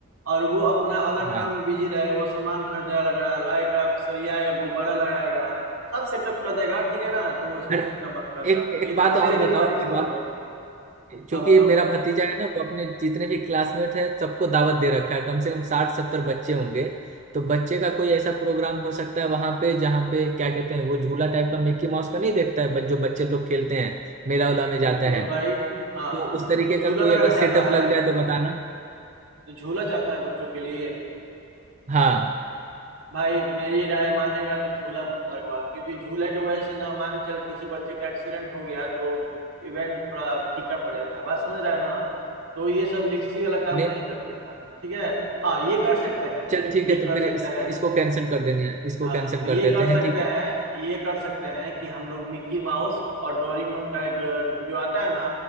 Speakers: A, on the right; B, on the right.
A: और वो अपना अलग
B: हाँ
A: काम में बिजी रहेगा वो सामान खरीदेगा लगा लाएगा सरियाएगा गुब्बारा लगाएगा सब सेटअप कर देगा ठीक है ना तुम उसकी
B: अरे
A: चिंता मत करना
B: एक एक
A: ये
B: बात
A: सब मेरी
B: और
A: जिम्मेवारी
B: बताओ एक
A: समझ
B: और
A: लो
B: क्योंकि
A: हाँ बताओ
B: मेरा भतीजा है ना वो अपने जितने भी क्लासमेट है सबको दावत दे रखा है कम से कम साठ सत्तर बच्चे होंगे तो बच्चे का कोई ऐसा प्रोग्राम हो सकता है वहां पे जहाँ पे क्या कहते हैं वो झूला टाइप का मिक्की माउस का नहीं देखता है बच- जो बच्चे लोग खेलते हैं मेला उला में जाता
A: बिल्कुल
B: है
A: भाई हाँ
B: तो
A: हाँ
B: उस तरीके
A: तो झूला
B: का कोई
A: लगाना
B: अगर सेटअप
A: चाहता है
B: लग जाए तो बताना
A: तो झूला चाहता है बच्चों के लिए
B: हाँ
A: भाई मेरी राय मानेगा तो झूला मत लगवा क्योंकि झूले के वजह से ना मांग चल किसी बच्चे का एक्सीडेंट हो गया तो इवेंट थोड़ा फीका पड़ जाता है बात समझ रहा है ना तो ये सब रिक्सी वाला काम
B: नहीं
A: नहीं करने का ठीक है हाँ ये कर सकते हैं
B: चल ठीक
A: ये
B: है तो
A: कर
B: फिर
A: सकते
B: इस,
A: हैं
B: इसको कैंसिल कर देना है इसको
A: हाँ
B: कैंसिल
A: तो
B: कर
A: ये
B: देते
A: कर
B: हैं
A: सकते
B: ठीक
A: हैं
B: है
A: ये कर सकते हैं कि हम लोग मिकी माउस और डोरीमोन का एक अ, जो आता है ना